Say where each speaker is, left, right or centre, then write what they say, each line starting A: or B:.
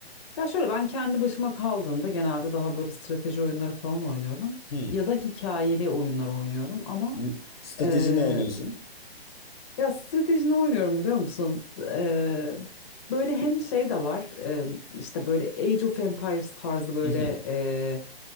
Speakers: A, on the left; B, on the left.
A: ya şöyle ben kendi başıma kaldığımda genelde daha böyle strateji oyunları falan oynuyorum
B: Hmm.
A: ya da hikayeli oyunlar oynuyorum ama
B: M- Strateji
A: eee,
B: ne oynuyorsun?
A: Ya stratejini oynuyorum biliyor musun? Eee, böyle hem şey de var eee, işte böyle Age of Empires tarzı böyle
B: Mhm,
A: eee,